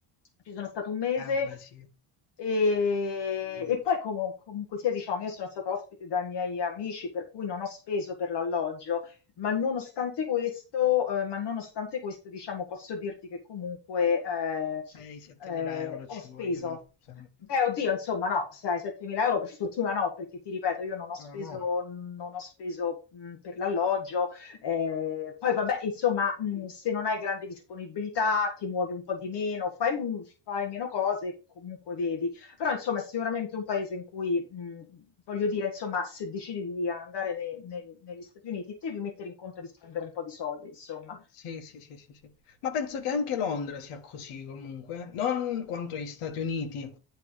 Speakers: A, on the left; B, on the left.
A: ci sono stato un mese
B: Eh, vabbè, sì.
A: e,
B: Eh.
A: e poi comu- comunque sia, diciamo, io sono stata ospite dai miei amici, per cui non ho speso per l'alloggio, ma nonostante questo, eh, ma nonostante questo, diciamo, posso dirti che comunque eh,
B: 6-7
A: eh,
B: euro
A: ho
B: ci
A: speso.
B: vogliono. se no-
A: Beh, oddio, insomma, no, sai, 7.000 euro per fortuna no, perché ti ripeto, io non ho speso,
B: No, no.
A: non ho speso mh, per l'alloggio, eh, poi vabbè, insomma, mhmm, se non hai grande disponibilità, ti muovi un po' di meno, fai m fai meno cose, comunque vedi. Però insomma è sicuramente un paese in cui, mhmm, voglio dire, insomma, se decidi di andare ne nel negli Stati Uniti, devi mettere in conto di spendere un po' di soldi, insomma.
B: Sì, sì, sì, sì, sì. Ma penso che anche Londra sia così comunque. Non quanto gli Stati Uniti,